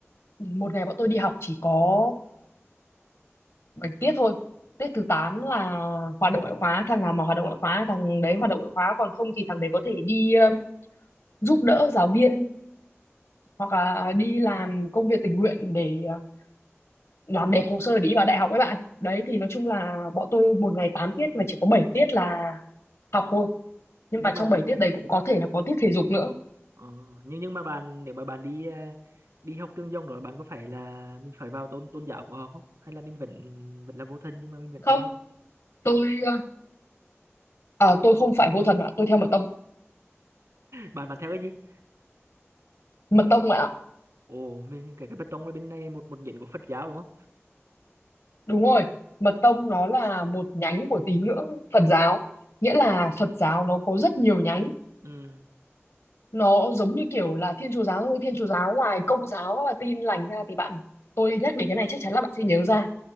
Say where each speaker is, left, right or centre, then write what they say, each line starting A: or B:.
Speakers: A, on the left; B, on the right.
A: một ngày bọn tôi đi học chỉ có 7 tiết thôi tiết thứ 8 là hoạt động ngoại khóa thằng nào mà hoạt động ngoại khóa thằng đấy hoạt động ngoại khóa còn không thì thằng đấy có thể đi ờ, giúp đỡ giáo viên hoặc là đi làm công việc tình nguyện để ờ, làm đẹp hồ sơ để đi vào đại học các bạn đấy thì nói chung là bọn tôi một ngày 8 tiết mà chỉ có 7 tiết là học thôi nhưng
B: nhưng
A: mà
B: mà
A: trong 7 tiết đấy cũng có thể là có tiết thể dục nữa
B: ờ, nhưng nhưng mà bạn nếu mà bạn đi ờ, đi học trường Dòng rồi bạn có phải là mình phải vào tôn tôn giáo của họ không? Hay là mình vẫn vẫn là vô thần nhưng mà mình vẫn
A: không
B: theo học?
A: tôi À, tôi không phải vô thần ạ, tôi theo mật tông.
B: Bạn bạn theo cái gì?
A: Mật tông ạ,
B: Ồ, mình cái cái bê tông ở bên này một một nhánh của Phật giáo đúng không?
A: đúng rồi. Mật tông nó là một nhánh của tín ngưỡng Phật giáo. Nghĩa là Phật giáo nó có rất nhiều nhánh.
B: Ừ.
A: Nó giống như kiểu là Thiên Chúa giáo thôi. Thiên Chúa giáo ngoài Công giáo và Tin lành ra thì bạn, tôi nhắc đến cái này chắc chắn là bạn sẽ nhớ ra